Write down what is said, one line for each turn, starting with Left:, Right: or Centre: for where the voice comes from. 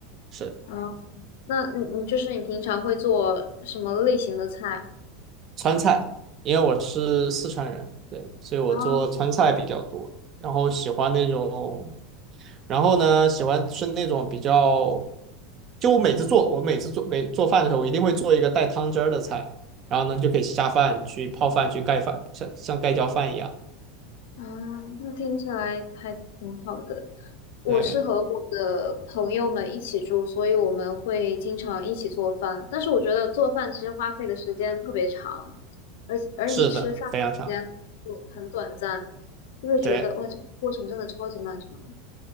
Right: 是。
Left: 哦，那你你就是你平常会做什么类型的菜？
Right: 川菜，因为我是四川人，对，所以我做川菜比较多，
Left: 啊？
Right: 然后喜欢那种，然后呢，喜欢吃那种比较，就我每次做，我每次做每做饭的时候，我一定会做一个带汤汁儿的菜，然后呢就可以下饭去泡饭去盖饭，像像盖浇饭一样，
Left: 啊，那听起来还挺好的。我是和我的朋友们一起住，
Right: 对，
Left: 所以我们会经常一起做饭。但是我觉得做饭其实花费的时间特别长，而而你吃饭时间就很短暂，
Right: 是的，非常长，
Left: 就会觉得哇，
Right: 对。
Left: 这个过程真的超级漫长。